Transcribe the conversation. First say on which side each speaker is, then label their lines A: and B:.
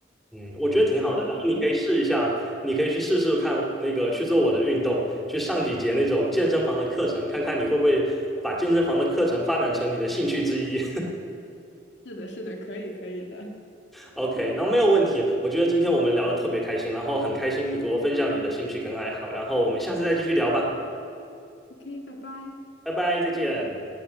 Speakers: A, in the centre; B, on the left (about 80°).
A: 嗯，我觉得挺好的。
B: 我
A: 然后你可以试一下，你可以去试试看那个去做我的运动，去上几节那种健身房的课程，看看你会不会把健身房的课程发展成你的兴趣之一。
B: 是的，是的，可以可以的。
A: <laughs> OK，那没有问题。我觉得今天我们聊的特别开心，然后很开心你给我分享你的兴趣跟爱好，然后我们下次再继续聊吧，
B: OK，拜拜。
A: 拜拜，再见。